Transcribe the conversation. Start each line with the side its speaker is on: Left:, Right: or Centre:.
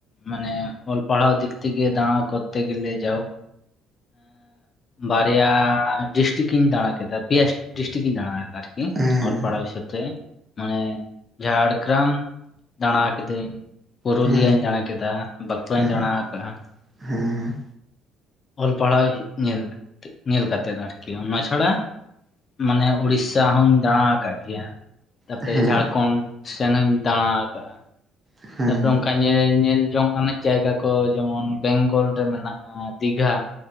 Left: ᱢᱟᱱᱮ ᱚᱞ ᱯᱟᱲᱦᱟᱣ ᱫᱤᱠ ᱛᱮ ᱫᱟᱬᱟ ᱠᱚᱛᱮ ᱜᱮᱞᱮ ᱡᱟᱭᱦᱳᱠ ᱵᱟᱨᱭᱟ ᱰᱤᱥᱴᱤᱠ ᱤᱧ ᱫᱟᱬᱟ ᱠᱮᱫᱟ ᱯᱮᱭᱟ ᱰᱤᱥᱴᱤᱠ ᱤᱧ ᱫᱟᱬᱟ ᱟᱨᱠᱤ
Right: ᱦᱮᱸ
Left: ᱚᱞ ᱯᱟᱲᱦᱟᱣ ᱵᱤᱥᱚᱭ ᱛᱮ ᱢᱟᱱᱮ ᱡᱷᱟᱲᱜᱨᱟᱢ ᱫᱟᱬᱟ ᱠᱟᱹᱫᱟᱹᱧ ᱯᱩᱨᱩᱞᱤᱭᱟᱹᱧ
Right: ᱦᱮᱸ
Left: ᱫᱟᱬᱟ ᱠᱮᱫᱟ ᱵᱟᱸᱠᱩᱲᱟᱧ
Right: ᱦᱮᱸ
Left: ᱫᱟᱬᱟ ᱠᱟᱜ-ᱟ
Right: ᱦᱮᱸ
Left: ᱚᱞ ᱯᱟᱲᱦᱟᱣ ᱧᱮᱞ ᱧᱮᱞ ᱠᱟᱛᱮᱜ ᱟᱨᱠᱤ ᱚᱱᱟ ᱪᱷᱟᱲᱟ ᱢᱟᱱᱮ ᱩᱲᱤᱥᱥᱟ ᱦᱚᱧ ᱫᱟᱬᱟ ᱟᱠᱟᱫ ᱜᱮᱭᱟ ᱛᱟᱯᱚᱨᱮ
Right: ᱦᱮᱸ
Left: ᱡᱷᱟᱲᱠᱷᱚᱱᱰ ᱥᱮᱱ ᱦᱚᱧ ᱫᱟᱬᱟ ᱟᱠᱟᱟᱜ-ᱟ
Right: ᱦᱮᱸ
Left: ᱛᱟᱯᱚᱨᱮ ᱚᱱᱠᱟ ᱧᱮᱞ ᱧᱮᱞ ᱡᱚᱝ ᱟᱱᱮᱡ ᱡᱟᱭᱜᱟ ᱠᱚ ᱡᱮᱢᱚᱱ ᱵᱮᱝᱜᱚᱞ ᱨᱮ ᱢᱮᱱᱟᱜ-ᱟ ᱫᱤᱜᱷᱟ